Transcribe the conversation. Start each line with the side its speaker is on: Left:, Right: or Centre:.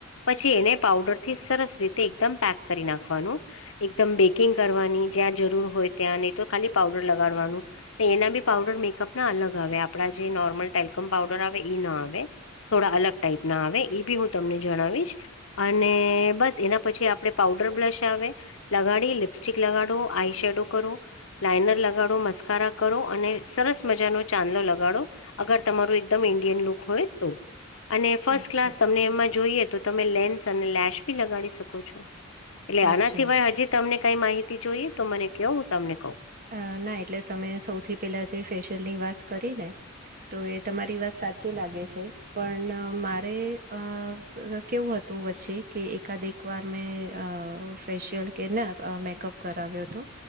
Left: પછી એને પાઉડર થી સરસ રીતે એકદમ પેક કરી નાખવાનું. એકદમ બેકિંગ કરવાની જ્યાં જરૂર હોય ત્યાં નહી તો ખાલી પાવડર લગાડવાનું. એના બી પાવડર મેકઅપ ના અલગ આવે આપડા જે નોર્મલ ટેલકમ પાવડર આવે એ ન આવે. થોડા અલગ ટાઈપ ના આવે એ બી હું તમને જણાવીશ. અને બસ એના પછી આપડે પાઉડર બ્લશ આવે. લગાડી લિપસ્ટિક લગાડો આઈ શેડો કરો. લાાઈનર લગાડો મસ્કારા કરો અને સરસ મજાનો ચાંદલો લગાડો. અગર તમારું એકદમ ઇન્ડિયન લુક હોય તો. અને ફર્સ્ટ
Right: અચ્છા
Left: ક્લાસ તમને એમાં જોઈએ તો તમે લેન્સ અને લેેશ બી લગાડી શકો છો. એટલે
Right: અચ્છા
Left: આના સિવાય હજી તમને કઈ માહિતી જોઈએ તો મને કેયોય હું તમને કઉ.
Right: અ ના એટલે તમે સૌથી પેલા જે ફેશિયલ ની વાત કરી ને. તો એ તમારી વાત સાચી લાગે છે પણ મારે અ અ કેવું હતું વચ્ચે કે એકાદ એક વાર મેં અ ફેશિયલ કે ના મેકઅપ કરાવ્યો હતો.